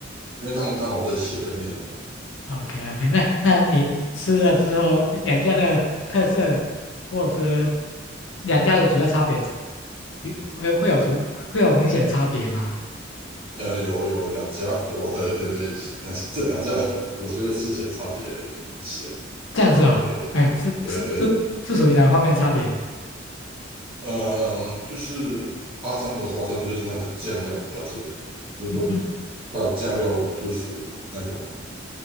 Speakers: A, on the right (about 30°); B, on the left (about 75°).
A: 因为他们刚好在斜对面而已。
B: OK OK，那那你吃了之后，两家的特色或者是两家的主要差别，有会会有主会有明显的差别吗？
A: 呃，有有两家有，<laughs> 呃，对对，两家 <laughs> 这两家我觉得吃起来差别很明显。
B: 这样子哦，
A: 对对对对，
B: 哎，是是是是属于哪方面的差别？
A: 呃，就是阿张的话，它就是那个酱料比较特别，就是说
B: 嗯哼
A: 它的酱料就是属于那种